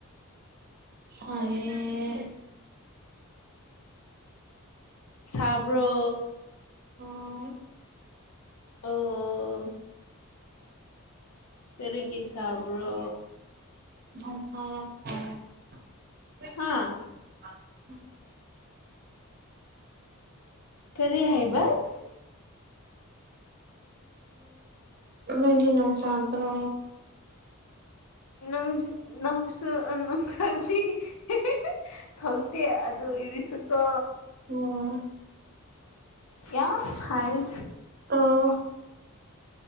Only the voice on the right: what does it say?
ꯁꯥꯢꯌꯦ
ꯍꯣꯏ
ꯌꯥꯝ ꯁꯥꯏ ꯌꯥꯝ ꯁꯥꯏꯌꯦ
<unintelligible>
ꯅꫭꯏꯗꯤ ꯅꯣꯡꯆꯥꯗ꯭ꯔꯣ
ꯎꯝ
ꯑꫭ